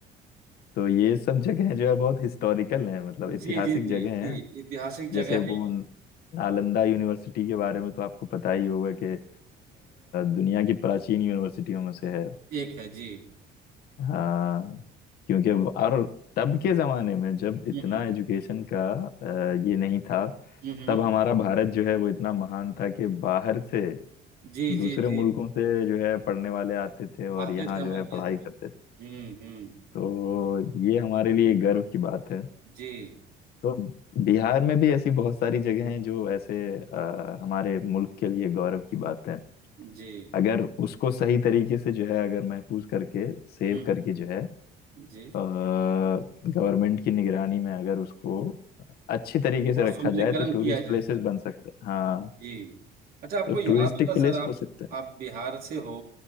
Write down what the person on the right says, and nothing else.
जी जी जी
जी
ऐतिहासिक
जगह
है
एक है जी
हम्म
हम्म हम्म,
जी
जी जी
आसिफ
अमल
के थे हम्म
हम्म
जी
जी
हम्म।
जी
और
सुंदरीकरण
किया
जाए
जी अच्छा आपको
याद
होगा
सर आप
आप बिहार से हो